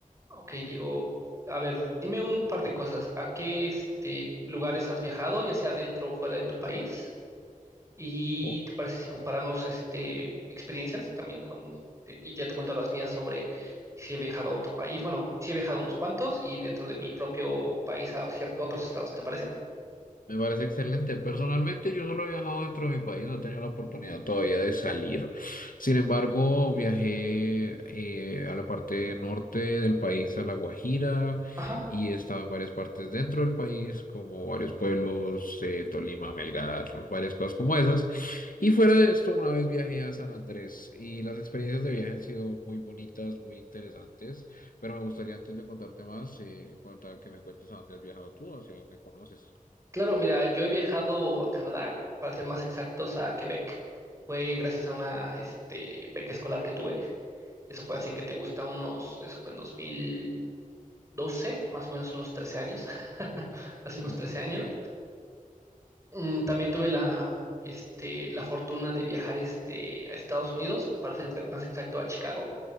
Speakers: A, on the right; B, on the left.
A: Ok, Diego, a ver, dime un par de cosas. ¿A qué este, lugares has viajado, ya sea dentro o fuera de tu país? ¿Y
B: Oh,
A: te parece si comparamos este, experiencias también con... te- Y ya te cuento las mías sobre si he viajado a otro país. Bueno, sí he viajado a unos cuantos y dentro de mi propio país a cier- otros estados, ¿te parece?
B: Me parece excelente. Personalmente, yo solo he viajado dentro de mi país, no he tenido la oportunidad todavía de salir. Sin embargo, viajé eh, a la parte norte del país, a La Guajira,
A: Ajá.
B: y he estado en varias partes dentro del país, como varios pueblos, eh, Tolima, Melgar, varias cosas como esas. Y fuera de esto, una vez viajé a San Andrés y las experiencias de viaje han sido muy bonitas, muy interesantes. Pero me gustaría antes de contarte más, eh, contar que me cuentes a dónde has viajado tú, hacia dónde conoces.
A: Claro, mira, yo he viajado a Canadá, para ser más exactos, a Quebec. Fue gracias a una este, beca escolar que tuve. Eso
B: Ok,
A: fue así que te gusta unos, eso fue en 2000. 12, más o menos unos 13 años, <laughs> hace unos
B: qué interesante.
A: 13 años. Mm, También tuve la, este, la fortuna de viajar este, a Estados Unidos, para ser exa- más exacto a Chicago,